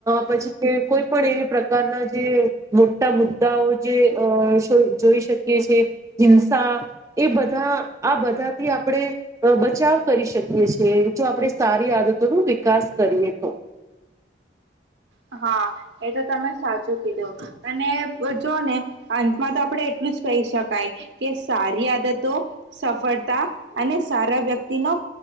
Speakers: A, on the right; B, on the right.
A: પછી કોઈ પણ એવી પ્રકારના જે મોટા મુદ્દા મુદાઓ જે જોઈ શકીએ છે હિંસા એ બધા આ બધા થી આપણે બચાવ કરી શકીએ છીએ જો આપણે સારી આદતોનો વિકાસ કરીએ તો <inaudible>
B: હા એ તો તમે સાચું કીધું અને જોવુંઓ ને અંતમાં તો આપડે એટલું જ કહી શકાય કે, સારી આદતો, સફળતા અને સારા વ્યક્તિનો